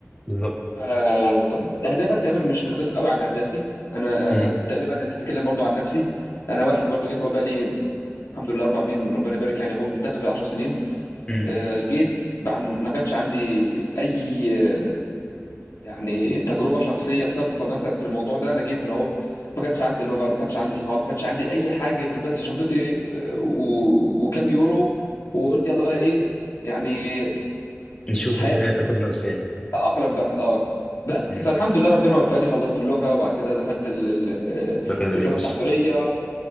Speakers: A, on the left (about 20°); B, on the left (about 75°).
A: بالظبط
B: ف- اهدافك تقريبا مش بتختلف قوي عن اهدافي انا
A: مم.
B: آه، تقريبا انت تتكلم برضو عن نفسي انا واحد برضو جيت هو بقالي الحمد لله اربع سنين ربنا يبارك يعني هو داخل في العشر سنين
A: مم.
B: آه، جيت عن ما كانش عندي اي يعني تجربه شخصيه سابقه مثلا في الموضوع ده انا جيت هنا اهو ما كانش عندي لغه ما كانش عندي اصحاب ما كانش عندي اي حاجه غير بس شنطتي آه، و... وكام يورو وقلت يلا بقى ايه يعني
A: نشوف
B: عيش حياتك
A: الدنيا تاخدنا لفين
B: اقلم بقى اه بس
A: مم.
B: فالحمد لله ربنا وفقني خلصت اللغه وبعد كده دخلت ال... ال-
A: ده كده
B: السنه
A: ريوس
B: التحضيريه